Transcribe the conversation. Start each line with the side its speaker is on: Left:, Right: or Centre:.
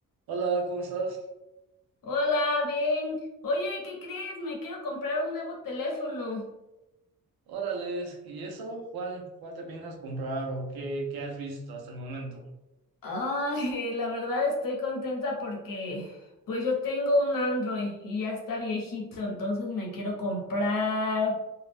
Right: Hola, ¿cómo estás?
Left: Hola, bien. Oye, ¿qué crees? Me quiero comprar un nuevo teléfono.
Right: Órales, ¿y eso? ¿Cuál, cuál te piensas comprar o qué, qué has visto hasta el momento?
Left: Ay, la verdad estoy contenta porque pues yo tengo un Android y ya está viejito, entonces me quiero comprar